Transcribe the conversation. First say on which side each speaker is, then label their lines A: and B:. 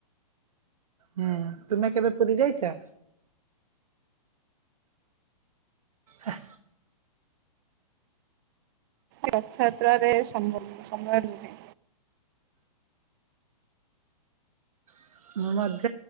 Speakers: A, on the right (about 70°); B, on the right (about 35°).
A: ହଁ ତୁମେ କେବେ ପୁରୀ ଯାଇଛ? ହେ।
B: ରଥଯାତ୍ରାରେ ସମ୍ଭମ ସମୟ ନୁହେଁ।
A: <unintelligible>